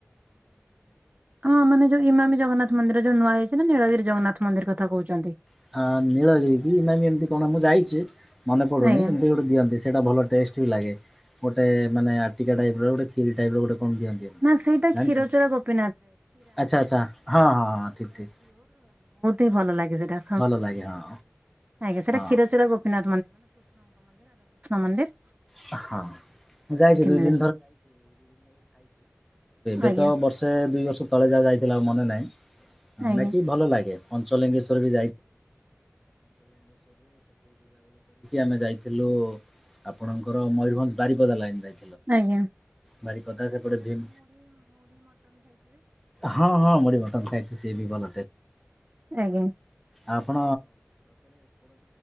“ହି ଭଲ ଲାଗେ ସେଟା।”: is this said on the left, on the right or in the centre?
Right